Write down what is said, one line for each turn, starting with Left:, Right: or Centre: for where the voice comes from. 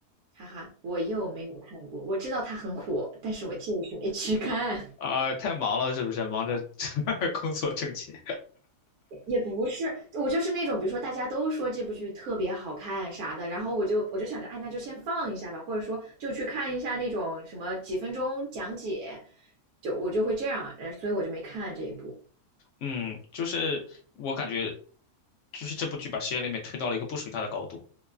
Right: 哈哈，我又没有看过。我知道它很火，但是我就是没去看。
Left: 啊，太忙了，是不是？忙着 <laughs> 工作挣钱。
Right: <laughs> 也不是，我就是那种，比如说大家都说这部剧特别好看啥的，然后我就我就想着，哎，那就先放一下吧，或者说就去看一下那种什么几分钟讲解，就我就会这样，呃所以我就没看这一部。
Left: 嗯，就是我感觉，就是这部剧把实验里面推到了一个不属于他的高度。